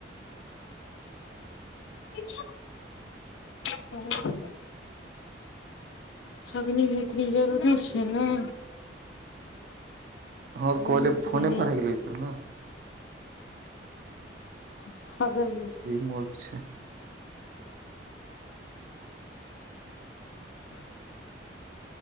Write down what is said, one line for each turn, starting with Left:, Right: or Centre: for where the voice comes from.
Left: अच्छा <inaudible> <unintelligible> हगनी मुतनी जरूरी छै ने
Right: हँ
Left: अग्निहोत्री
Right: कले फोने
Left: नहि
Right: पर हैग लैते ने
Left: <unintelligible>
Right: मुर्ख छै
Left: <unintelligible>